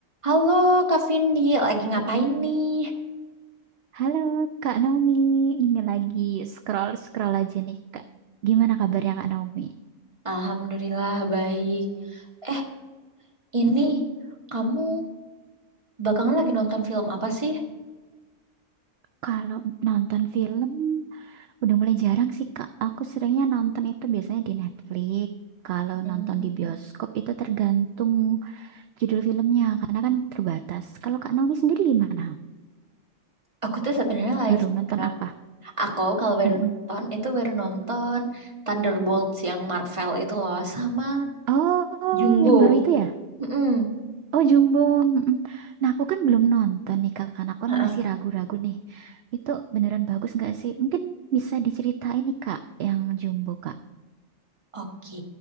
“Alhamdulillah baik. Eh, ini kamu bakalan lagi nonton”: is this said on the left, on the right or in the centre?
Right